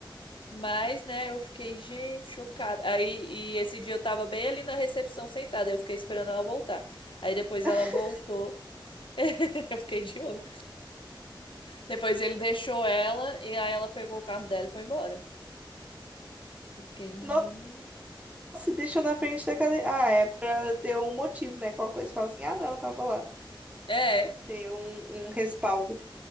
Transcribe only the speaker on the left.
mas, né, eu fiquei, gente, chocada. Aí, e esse dia eu tava bem ali na recepção sentada, eu fiquei esperando ela voltar. Aí depois
ela voltou. <laughs> Eu fiquei de olho. Depois ele deixou ela e aí ela pegou o carro dela e foi embora. Eu fiquei. "Hum,
É.